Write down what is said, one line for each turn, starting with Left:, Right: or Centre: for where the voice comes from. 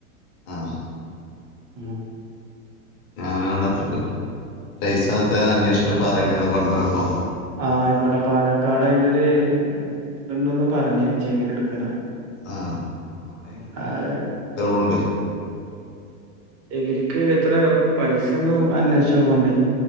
Left: ആഹ്
Right: മം
Left: ഞാൻ അവിടെ എത്തട്ട് പൈസത്തെ അന്വേഷിച്ചിട്ട് പറയണ്ട് ങ്ങൾ കൊണ്ട്രപ്പോ
Right: ആഹ് ആയിക്കോട്ടെ പാലക്കാട് അയിന്റെരു ഇതുണ്ടന്ന് പറഞ്ഞിനി ചകിരി എടുക്കണ
Left: ആഹ് അവിടെ എല്ലാ
Right: ആഹ്
Left: ഇതള്ളൊണ്ട്
Right: ചഗിരിക്ക് എത്ര പൈസ ഒന്ന് അന്വേഷിച്ചോക്കണ്ടി